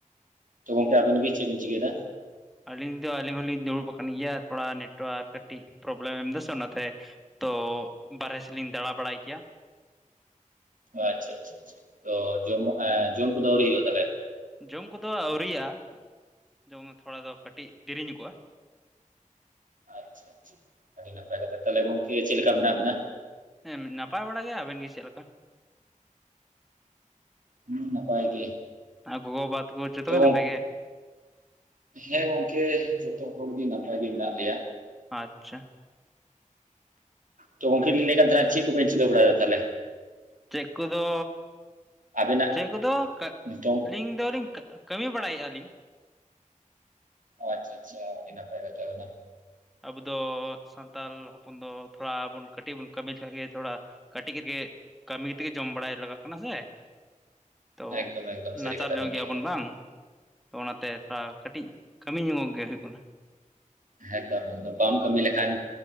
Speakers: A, on the right; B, in the centre.
A: ᱛᱚ ᱜᱚᱝᱠᱮ ᱟᱵᱤᱱ ᱜᱮ ᱪᱮᱫ ᱵᱮᱱ ᱪᱤᱠᱟᱹᱭᱫᱟ?
B: ᱟᱹᱞᱤᱧ ᱫᱚ ᱟᱹᱞᱤᱧ ᱦᱚᱞᱤᱧ ᱫᱩᱲᱩᱵ ᱟᱠᱟᱱ ᱜᱮᱭᱟ ᱛᱷᱚᱲᱟ ᱱᱮᱴᱳᱣᱟᱨᱠ ᱠᱟᱹᱴᱤᱡ ᱯᱨᱚᱵᱞᱮᱢ ᱮᱢ ᱮᱫᱟ ᱚᱱᱟᱛᱮ ᱛᱚ ᱵᱟᱨᱦᱮ ᱥᱮᱫ ᱞᱤᱧ ᱫᱟᱬᱟ ᱵᱟᱲᱟᱭ ᱜᱮᱭᱟ
A: ᱟᱪᱪᱷᱟ ᱟᱪᱪᱷᱟ ᱟᱪᱪᱷᱟ ᱛᱚ ᱡᱚᱢ ᱮᱸ ᱡᱚᱢ ᱠᱚᱫᱚ ᱟᱹᱣᱨᱤ ᱦᱩᱭᱩᱜᱼᱟ ᱛᱟᱞᱦᱮ?
B: ᱡᱚᱢ ᱠᱚᱫᱚ ᱟᱣᱨᱤᱭᱟᱜ-ᱟ ᱡᱚᱢ ᱛᱷᱚᱲᱟ ᱫᱚ ᱠᱟᱹᱴᱤᱡ ᱫᱮᱨᱤ ᱧᱚᱜᱚᱜᱼᱟ᱾
A: ᱟᱪᱷᱟ ᱟᱪᱷᱟ ᱟᱹᱰᱤ ᱱᱟᱯᱟᱭ ᱠᱟᱛᱷᱟ, ᱛᱟᱦᱞᱮ ᱜᱚᱝᱠᱮ ᱪᱮᱫ ᱞᱮᱠᱟ ᱢᱮᱱᱟᱜ ᱵᱮᱱᱟ?
B: ᱦᱮᱸ ᱱᱟᱯᱟᱭ ᱵᱟᱲᱟ ᱜᱮᱭᱟ, ᱟᱵᱮᱱ ᱜᱮ ᱪᱮᱫ ᱞᱮᱠᱟ?
A: ᱦᱩᱸ ᱱᱟᱯᱟᱭ ᱜᱮ᱾
B: ᱟ ᱜᱚᱜᱚ ᱵᱟᱵᱟ ᱛᱟᱠᱚ ᱡᱚᱛᱚ
A: ᱛᱚ
B: ᱜᱮ ᱱᱟᱯᱟᱭ ᱜᱮ?
A: ᱦᱮᱸ ᱜᱚᱝᱠᱮ ᱡᱚᱛᱚ ᱦᱚᱲᱜᱮ ᱱᱟᱯᱟᱭ ᱜᱮ ᱢᱮᱱᱟᱜ ᱞᱮᱭᱟ᱾
B: ᱟᱪᱪᱷᱟ᱾
A: ᱛᱚ ᱜᱚᱝᱠᱮ ᱞᱤᱧ ᱞᱟᱹᱭᱮᱫ ᱠᱟᱱ ᱛᱟᱦᱮᱱᱟ ᱛᱚᱵᱮ ᱪᱮᱫ ᱠᱚᱵᱮᱱ ᱪᱤᱠᱟᱹ ᱵᱟᱲᱟᱭ ᱫᱟ ᱛᱟᱦᱮᱞᱮ?
B: ᱪᱮᱫ ᱠᱚᱫᱚ
A: ᱟᱵᱮᱱᱟᱜ
B: ᱪᱮᱫ ᱠᱚᱫᱚ ᱠᱟᱹᱞᱤᱧ
A: ᱱᱤᱛᱚᱝ
B: ᱫᱚᱞᱤᱧ ᱠᱟᱹᱢᱤ ᱵᱟᱲᱟᱭᱮᱫᱼᱟ ᱞᱤᱧ᱾
A: ᱟᱪᱪᱷᱟ ᱟᱪᱪᱷᱟ ᱟᱰᱤ ᱱᱟᱯᱟᱭ ᱠᱟᱛᱷᱟ ᱠᱟᱱᱟ᱾
B: ᱟᱵᱚ ᱫᱚ ᱥᱟᱱᱛᱟᱞ ᱦᱚᱯᱚᱱ ᱫᱚ ᱛᱷᱚᱲᱟ ᱵᱚᱱ ᱠᱟᱹᱴᱤᱡ ᱵᱚᱱ ᱠᱟᱹᱢᱤ ᱞᱮᱠᱷᱟᱡ ᱜᱮ ᱛᱷᱚᱲᱟ ᱠᱟᱹᱴᱤᱡ ᱠᱟᱹᱢᱤ ᱛᱮᱜᱮ ᱡᱚᱢ ᱵᱟᱲᱟᱭ ᱞᱟᱜᱟᱜ ᱠᱟᱱᱟ ᱥᱮ
A: <inaudible>
B: ᱛᱚ
A: ᱮᱠᱫᱚᱢ ᱥᱟᱹᱨᱤ
B: ᱱᱟᱪᱟᱨ
A: ᱠᱟᱛᱷᱟ
B: ᱧᱚᱜ
A: ᱵᱮᱱ
B: ᱜᱮᱭᱟᱵᱚᱱ
A: ᱞᱟᱹᱭ ᱠᱮᱫᱟ
B: ᱵᱟᱝ ᱛᱚ ᱚᱱᱟᱛᱮ ᱛᱷᱚᱲᱟ ᱠᱟᱹᱴᱤᱡ ᱠᱟᱹᱢᱤ ᱧᱚᱜᱚᱜ ᱜᱮ ᱦᱩᱭᱩᱜ ᱠᱟᱱᱟ᱾
A: ᱦᱮᱛᱚ ᱵᱟᱢ ᱠᱟᱹᱢᱤ ᱞᱮᱠᱷᱟᱱ